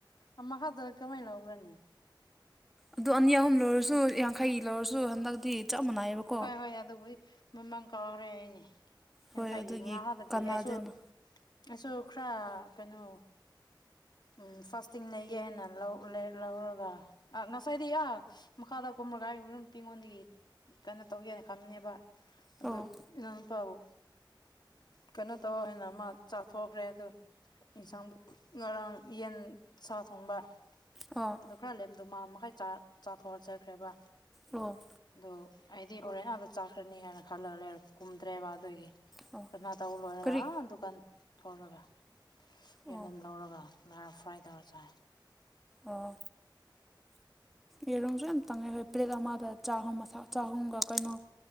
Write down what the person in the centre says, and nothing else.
ꯑꯗꯨ ꯑꯅꯤ ꯑꯍꯨꯝ ꯂꯧꯔꯁꯨ ꯌꯥꯡꯈꯩ ꯂꯧꯔꯁꯨ ꯍꯟꯗꯛꯇꯤ ꯆꯞ ꯃꯅꯥꯏꯕꯀꯣ
ꯍꯣꯏ ꯑꯗꯨꯒꯤ
ꯀꯥꯟꯅꯗꯦꯅ
ꯑꯣ
ꯑꯣ
ꯑꯣ
ꯑꯣ
ꯀꯔꯤ
ꯑꯣ
ꯑꯣ ꯌꯦꯔꯨꯝꯁꯨ ꯌꯥꯝ ꯇꯥꯡꯉꯩ ꯍꯣꯏ ꯄ꯭ꯂꯦꯠ ꯑꯃꯗ ꯆꯍꯨꯝ ꯃꯊꯛ ꯆꯥꯍꯨꯝꯒ ꯀꯩꯅꯣ